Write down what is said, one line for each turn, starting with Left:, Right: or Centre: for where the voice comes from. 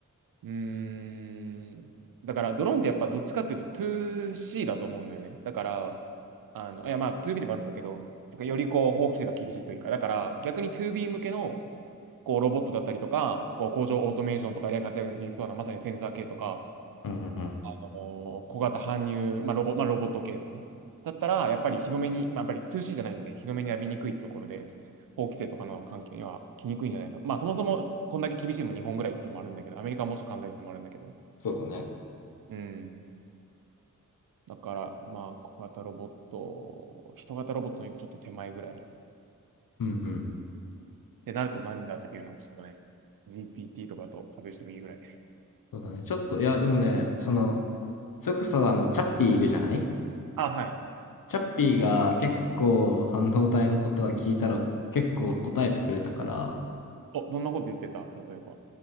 Right: うーん、だから、ドローンってやっぱどっちかっていうと 2C だと思うんだよね。だから、あの、いや、まあ、2B でもあるんだけど、なんかよりこう、法規制が厳しいというか、だから、逆に 2B 向けの、こう、ロボットだったりとか、こう、工場オートメーションとかで活躍できそうな、まさにセンサー系とか、
Left: うんうんうん。
Right: あの小型搬入、まあロボ、まあ、ロボット系ですね。だったら、やっぱり日の目に、まあ、やっぱり 2C じゃないんで、日の目に浴びにくいところで、法規制とかの関係には来にくいんじゃないかな。まあ、そもそもこんだけ厳しいのも日本ぐらいってのもあるんだけど、アメリカはもうちょっと簡単ってのもあるんだけど、
Left: そうだね。
Right: そう。うん。だから、まあ、小型ロボット、人型ロボットにちょっと手前ぐらい。っ
Left: うんうん。
Right: てなると何だっていうのをちょっとね、GPT とかと壁してもいいぐらい。
Left: そうだね。ちょっと、いや、でもね、その、それこそあの、チャッピーいるじゃない
Right: あ、はい。
Left: チャッピーが結構半導体のことは聞いたら結構答えてくれたから、
Right: お、どんなこと言ってた例えば。